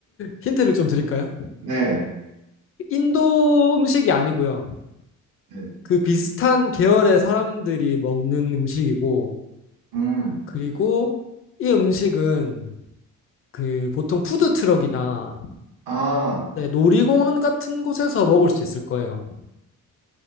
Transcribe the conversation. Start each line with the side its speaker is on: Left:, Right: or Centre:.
Left: 힌트를 좀 드릴까요?
Right: <laughs> 네,
Left: 인도 음식이 아니고요.
Right: 네,
Left: 그 비슷한 계열의 사람들이 먹는 음식이고,
Right: 음,
Left: 그리고 이 음식은 그 보통 푸드트럭이나
Right: 아,
Left: 네, 놀이공원 같은 곳에서 먹을 수 있을 거예요.